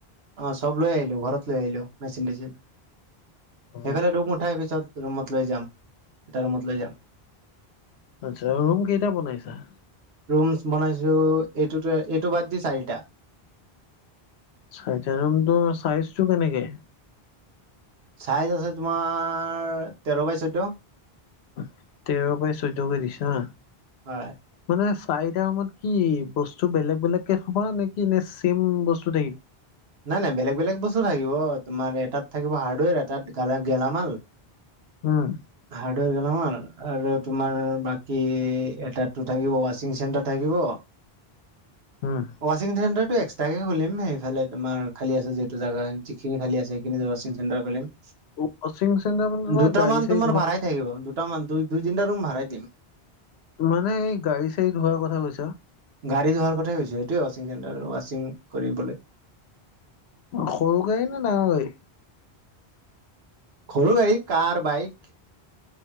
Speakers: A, on the right; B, on the left.
A: অহ চব লৈ আহিলোঁ ঘৰত লৈ আহিলোঁ মেচিন তেচিন। সেইফালে
B: অ
A: তোক মই উঠাই পিছত ৰুমত লৈ যাম। তাৰ ৰুমত লৈ যাম।
B: আচ্ছা ৰুম কেইটা বনাইছা।
A: ৰুমচ বনাইছোঁ এইটোতে এইটো বাদ দি চাৰিটা।
B: চৰিটা ৰুমটো চাইজটো কেনেকে।
A: চাইজ আছে তোমাৰ তেৰ বাই চৈধ্য।
B: অহ তেৰ বাই চৈধ্যকৈ দিছা।
A: হয়
B: মানে চাৰিটা ৰুমত কি বস্তু বেলেগ বেলেগ কে ঠোৱা নে কি নে চেম বস্তু থাকি।
A: নাই নাই বেলেগ বেলেগ বস্তু থাকিব তোমাৰ এটাত থাকিব হাৰ্ডৱেৰ এটাত কালা গেলামাল।
B: উম।
A: হাৰ্ডৱেৰ গেলামাল আৰু তোমাৰ বাকী এটা তো থাকিব ৱাচিং চেণ্টাৰ। থাকিব।
B: উম।
A: ৱাচিং চেণ্টাৰটো এক্সট্ৰাকে খুলিম সেইফালে তোমাৰ খালী আছে যিহেতু জাগা যিখিনি খালী আছে। সেইখিনিত জেগাত ৱাচিং চেন্টাৰ খুলিম।
B: উব ৱাচিং চেন্টাৰ মানে তোমাৰ
A: দুটামান
B: গাড়ী চাড়ী
A: তোমাৰ
B: ধুৱা।
A: ভাড়াই থাকিব দুটা মান দুই দুই তিনিটা ৰুম ভাড়াই দিম।
B: মানে এই গাড়ী চাড়ী ধোৱাৰ কথা কৈছা।
A: গাড়ী ধোৱাৰ কথাই কৈছো সেইটোৱে ৱাচিং চেণ্টাৰ ৱাচিং কৰিবলে।
B: সৰু গাড়ী নে ডাঙৰ গাড়ী।
A: সৰু গাড়ী কাৰ বাইক।